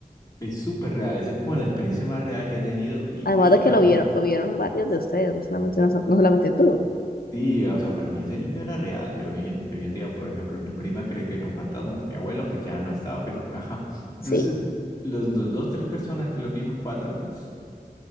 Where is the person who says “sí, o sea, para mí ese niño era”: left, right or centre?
Left